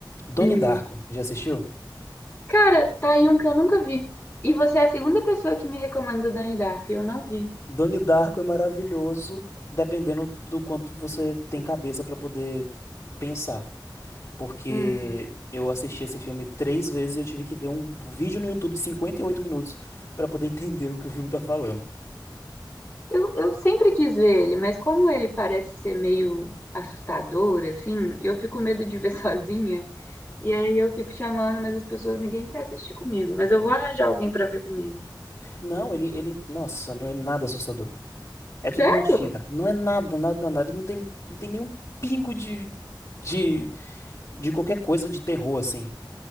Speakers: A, on the left; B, on the left.
A: Donnie
B: Hum.
A: Darko, já assistiu?
B: Cara, tá aí um que eu nunca vi. E você é a segunda pessoa que me recomenda o Donnie Darko, e eu não vi.
A: Donnie Darko é maravilhoso, dependendo do quanto você tem cabeça pra poder pensar. Porque
B: Hum.
A: eu assisti esse filme três vezes e eu tive que ver um vídeo no YouTube de 58 minutos pra poder <laughs> entender o que o filme tá falando.
B: Eu, eu sempre quis ver ele, mas como ele parece ser meio assustador, assim, eu fico com medo de ver <laughs> sozinha. E aí eu fico chamando, mas as pessoas, ninguém quer assistir comigo. Mas eu vou arranjar alguém pra ver comigo.
A: Não, ele, ele, nossa, não é nada assustador. É tudo
B: Sério?
A: mentira. Não é nada, nada, nada. Não tem, não tem nenhum pingo de, de, de qualquer coisa de terror, assim.